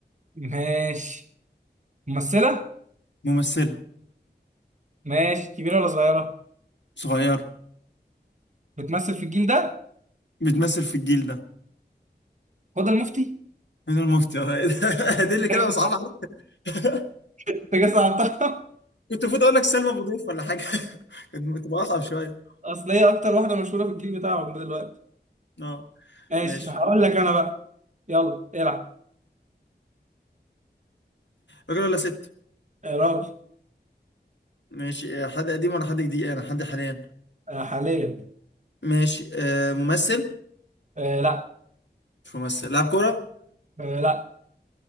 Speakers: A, on the right; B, on the left.
A: ماشي ممثلة
B: ممثله
A: ماشي كبيرة ولا صغيرة
B: صغيره
A: بتمثل في الجيل ده
B: بتمثل في الجيل ده
A: هدى المفتي
B: هنا المفتي أهو. <laughs> دي اللي
A: <laughs>
B: كده صعبه عليك <laughs>
A: انت جاي صعبتها
B: كنت المفروض اقول لك سلمى ابو ضيف ولا حاجه <laughs> كانت تبقى اصعب شويه
A: <laughs> اصل هي اكتر واحدة مشهورة في الجيل بتاعهم ده دلوقتي
B: اه
A: ماشي
B: ماشي
A: هقول لك انا بقى يلا العب
B: راجل ولا ست
A: آه راجل
B: ماشي آه، حد قديم ولا حد جديد انا حد حاليا
A: آه حاليا
B: ماشي آه ممثل
A: آه لا
B: مش ممثل لاعب كورة
A: آه لا